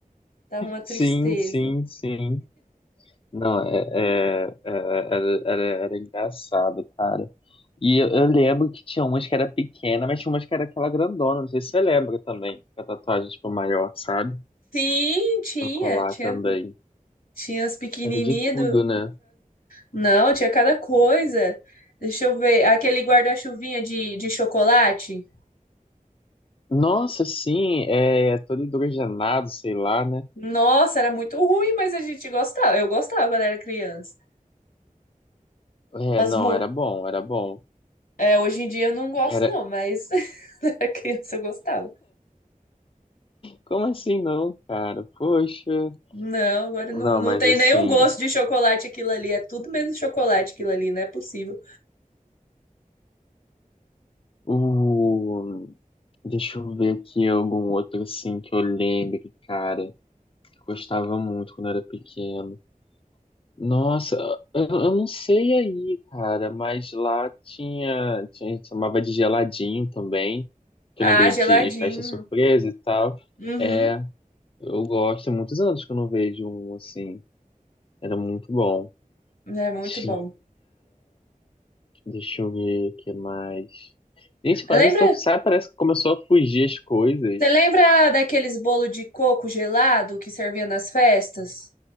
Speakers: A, on the left (about 80°); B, on the left (about 40°).
A: dava uma tristeza.
B: Sim, sim, sim. Não, é, é, é, era, era, era engraçado, cara. E eu, eu lembro que tinha umas que era pequena, mas tinha umas que era aquela grandona. Não sei se você lembra também. A tatuagem, tipo, maior, sabe?
A: Sim, tinha,
B: Pra colar
A: tinha,
B: também.
A: tinha as pequenininhas
B: Era de tudo,
A: do...
B: né?
A: Não, tinha cada coisa. Deixa eu ver, aquele guarda-chuvinha de, de chocolate,
B: Nossa, sim, é todo hidrogenado, sei lá, né?
A: Nossa, era muito ruim, mas a gente gostava. Eu gostava quando era criança.
B: É,
A: Mas
B: não,
A: mu-
B: era bom, era bom.
A: é, hoje em dia eu não gosto,
B: Era...
A: não, mas <laughs> quando era criança eu gostava.
B: Como assim não, cara? Poxa.
A: Não, agora
B: Não,
A: não, não
B: mas
A: tem
B: assim,
A: nenhum gosto de chocolate aquilo ali. É tudo menos chocolate aquilo ali, não é possível.
B: o... deixa eu ver aqui algum outro assim que eu lembre, cara, que eu gostava muito quando era pequeno. Nossa, eu, eu não sei aí, cara, mas lá tinha, tinha, a gente chamava de geladinho também, que
A: Ah,
B: eu lembrei
A: geladinho.
B: de festa surpresa e tal.
A: Uhum,
B: É, Eu gosto, há muitos anos que eu não vejo um assim. Era muito bom.
A: é muito
B: Tinha.
A: bom.
B: Deixa eu ver o que mais. Gente, quando
A: Lembra?
B: só sai, parece que começou a fugir as coisas.
A: Você lembra daqueles bolo de coco gelado que servia nas festas?